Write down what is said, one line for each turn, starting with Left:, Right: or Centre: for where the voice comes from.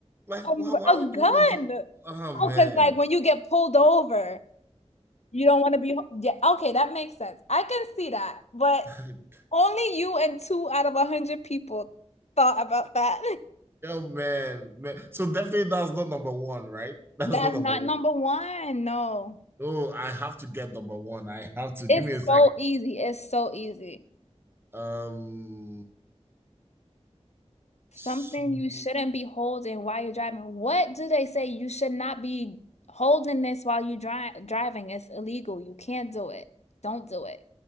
Right: like
Left: Um,
Right: why, why
Left: a
Right: would
Left: gun.
Right: you want to? Oh man.
Left: Oh, because like when you get pulled over, you don't want to be. Yeah, okay, that makes sense. I can see that, but
Right: <laughs>
Left: only you and two out of a hundred people thought about that.
Right: Oh man, man. So definitely that's not number one, right?
Left: <laughs>
Right: That's
Left: That's
Right: not number
Left: not
Right: one.
Left: number one. No,
Right: Oh, I have to get number one. I have to
Left: it's
Right: give me a sec.
Left: so easy. It's so easy.
Right: Um, so
Left: Something you shouldn't be holding while you're driving. What do they say? You should not be holding this while you dri driving. It's illegal. You can't do it. Don't do it.